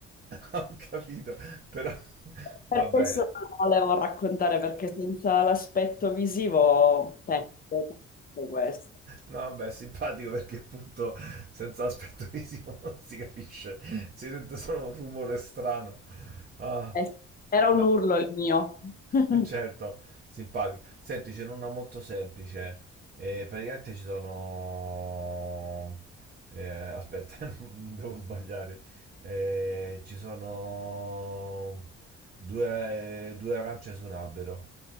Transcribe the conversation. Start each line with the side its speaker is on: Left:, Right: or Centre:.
Right: ho capito, però <laughs> va
Left: Per
Right: bene.
Left: questo non lo volevo raccontare, perché senza l'aspetto visivo perdo tutto questo.
Right: No, vabbè, è simpatico perché appunto senza aspetto visivo <laughs> non si capisce, si sente solo un rumore strano. Ah,
Left: Eh, Era
Right: no,
Left: un urlo il mio. <laughs>
Right: <laughs> Certo, simpatico. Senti, ce n'è una molto semplice. Eh, praticamente ci sono... eh, aspetta, <laughs> non devo sbagliare. Eh, ci sono due, due arance su un albero.